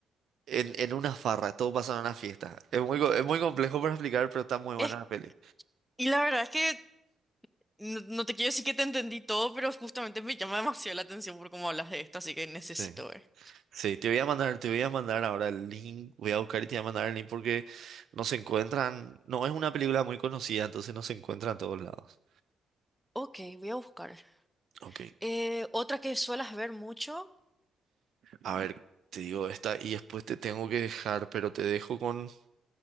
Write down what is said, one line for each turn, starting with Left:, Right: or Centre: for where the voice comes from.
Right: En, en una farra, todo pasa en una fiesta. Es muy, co- es muy complejo para explicar, pero está muy buena
Centre: Es-
Right: la peli.
Centre: y la verdad es que no, no te quiero decir que te entendí todo, pero justamente me llama demasiado la atención por cómo hablas de esto, así que necesito
Right: Sí.
Centre: ver.
Right: Sí, te voy a mandar, te voy a mandar ahora el link, voy a buscar y te voy a mandar el link porque no se encuentran, no es una película muy conocida, entonces no se encuentra en todos lados.
Centre: Ok, voy a buscar.
Right: Ok,
Centre: Eh, otra que suelas ver mucho,
Right: a ver, te digo esta y después te tengo que dejar, pero te dejo con,